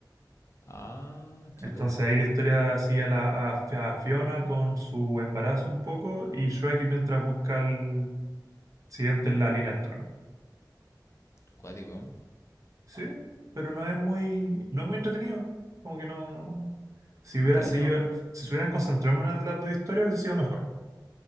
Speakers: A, on the left (about 40°); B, on the right (about 45°).
A: ah, chuta.
B: Entonces ahí la historia sigue a, la, a Fi- a Fiona con su embarazo un poco y Shrek mientras busca el siguiente en la línea al trono.
A: Cuático. ¿eh?
B: Sí, pero no es muy, no es muy entretenido. Como que no. Si hubieran
A: Ya
B: seguido,
A: yo,
B: si se hubieran concentrado en una de las dos historias hubiese sido mejor.